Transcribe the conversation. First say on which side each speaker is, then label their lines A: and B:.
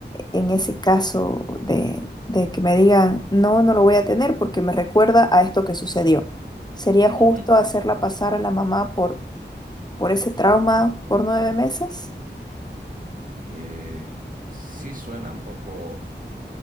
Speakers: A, on the left; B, on the right.
A: en ese caso de, de que me digan, no, no lo voy a tener porque me recuerda a esto que sucedió. ¿Sería justo
B: Ujú.
A: hacerla pasar a la mamá por, por ese trauma por nueve meses?
B: Eh, sí suena un poco